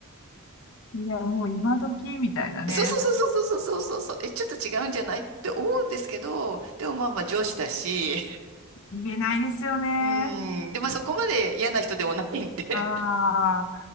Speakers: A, on the left; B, on the right.
A: いや、もう今時みたいなね。
B: <laughs> そうそうそうそうそうそうそうそう。え、ちょっと違うんじゃないって思うんですけど、でもまあまあ上司だし、
A: 言えないですよね。
B: <laughs> うん。で、まあそこまで嫌な人でもないんで。
A: ああ、